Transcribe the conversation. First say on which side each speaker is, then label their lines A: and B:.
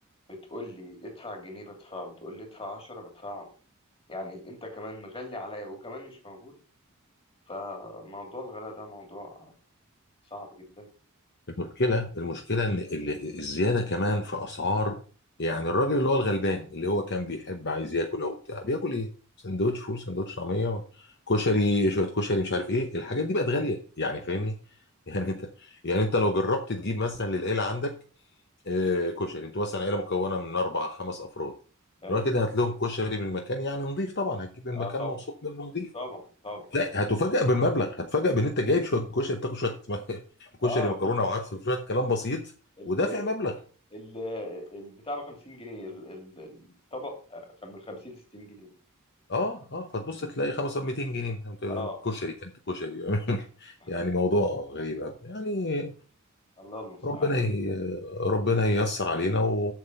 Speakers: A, on the left (about 25°); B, on the left (about 55°).
A: بتقول لي ادفع جنيه بدفعه بتقول لي ادفع عشرة بدفعه يعني انت كمان مغلي عليا وكمان مش موجود فموضوع الغلاء ده موضوع صعب جدا
B: المشكلة المشكلة ان ال- الزيادة كمان في اسعار يعني الراجل اللي هو الغلبان اللي هو كان بيحب عايز ياكل او بتاع بياكل ايه؟ سندوتش فول سندوتش طعمية كشري شوية كشري مش عارف ايه الحاجات دي بقت غالية يعني فاهمني؟ <laughs> يعني انت يعني انت لو جربت تجيب مثلا للعيلة عندك آه، كشري انتوا مثلا عيلة مكونة من اربع خمس افراد
A: ايوه
B: الراجل كده هات لهم كشري من مكان يعني نظيف طبعا هتجيب من
A: اه
B: مكان
A: طبعا
B: موثوق منه نظيف
A: طبعا طبعا
B: لا هتفاجأ بالمبلغ هتفاجأ بان انت جايب شويه كشري بتاكل شويه <laughs> كشري
A: اه
B: مكرونه
A: خش
B: وعدس وشويه كلام بسيط
A: ال
B: ودافع مبلغ
A: ال البتاع ب 50 جنيه ال- ال- الطبق من 50 ل 60 جنيه
B: اه اه فتبص تلاقي 500 200 جنيه أنت
A: اه
B: كشري كانت كشري <laughs>
A: <laughs>
B: يعني موضوع غريب أوي. يعني
A: الله المستعان
B: ربنا
A: بقى.
B: ي... ربنا ييسر علينا و...